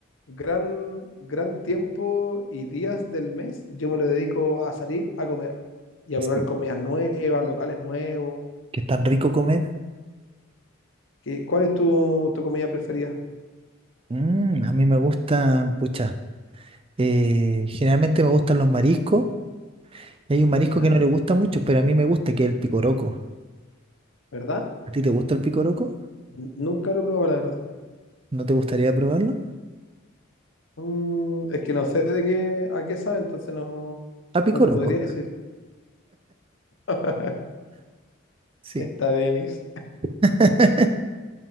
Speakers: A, on the left; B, on the right.
A: Gran, gran tiempo y días del mes yo me lo dedico a salir a comer y a
B: Sí,
A: probar
B: sí,
A: comidas nuevas, locales nuevos.
B: que es tan rico comer.
A: ¿Qué- cuál es tu, tu comida preferida?
B: Mm, a mí me gusta, pucha, eh, generalmente me gustan los mariscos. Hay un marisco
A: ¿Ya?
B: que no le gusta mucho, pero a mí me gusta, que es el picoroco.
A: ¿Verdad?
B: ¿A ti te gusta el picoroco?
A: N- Nunca lo he probado, la verdad.
B: ¿No te gustaría probarlo?
A: Mm, es que no sé de qué, a qué sabe, entonces no,
B: A picoroco,
A: no te podría decir. <laughs>
B: sí.
A: Está Denis.
B: <laughs>